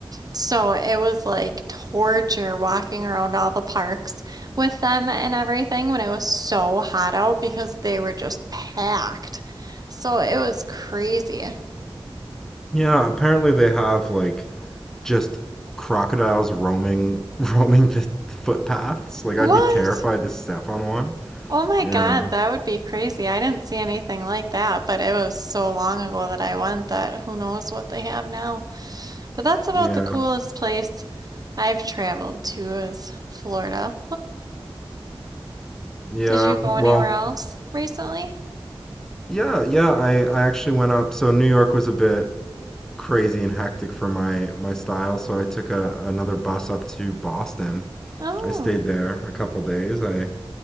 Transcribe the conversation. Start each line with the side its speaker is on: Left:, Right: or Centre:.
Right: So it was like torture walking around all the parks with them and everything when it was so hot out because they were just packed. So it was crazy.
Centre: Yeah, apparently they have like just crocodiles roaming <laughs> roaming the footpaths. Like
Right: What?
Centre: I'd be terrified to step on one.
Right: Oh my God,
Centre: Yeah.
Right: that would be crazy. I didn't see anything like that, but it was so long ago that I went that who knows what they have now. But that's about
Centre: Yeah.
Right: the coolest place I've traveled to is Florida.
Centre: Yeah.
Right: Did you go anywhere
Centre: Well,
Right: else recently?
Centre: yeah, yeah. I I actually went up. So New York was a bit crazy and hectic for my my style, so I took a another bus up to Boston.
Right: Oh,
Centre: I stayed there a couple days. I